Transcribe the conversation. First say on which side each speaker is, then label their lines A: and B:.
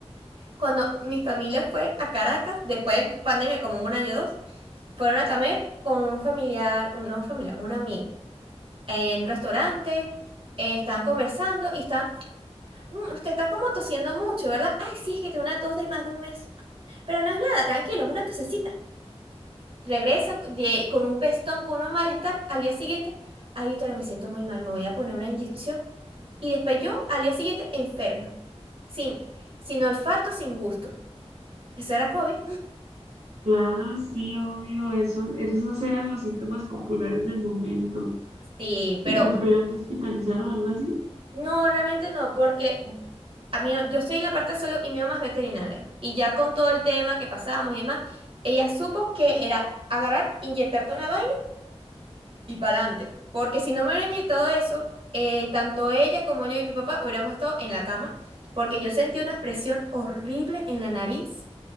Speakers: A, on the right; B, on the right.
A: cuando mi familia fue a Caracas, después de pandemia, como un año o dos, fueron a comer con un familiar, un, no familiar, un amigo, en un restaurante, eh, estaban conversando y están, "Mm, usted está como tosiendo mucho, ¿verdad? Ay, sí, es que tengo una tos de más de un mes, pero no es nada, tranquilo, es una tosecita. Regresan de- con un pestón, con un malestar. Al día siguiente, ay, doctora, me siento muy mal, me voy a poner una inyección. Y después yo, al día siguiente, enferma. Sin, sin olfato, sin gusto. Eso era COVID.
B: Claro, sí, obvio, esos, esos eran los síntomas populares del momento.
A: Sí,
B: ¿Y
A: pero
B: te tuvieron que hospitalizar o algo así?
A: no, realmente no, porque a mí, yo estoy en la parte solo y mi mamá es veterinaria. Y ya con todo el tema que pasábamos y demás, ella supo que era agarrar, inyectarte una vaina y para adelante. Porque si no me hubieran inyectado eso, eh, tanto ella como yo y mi papá hubiéramos estado en la cama, porque yo sentí una presión horrible en la nariz,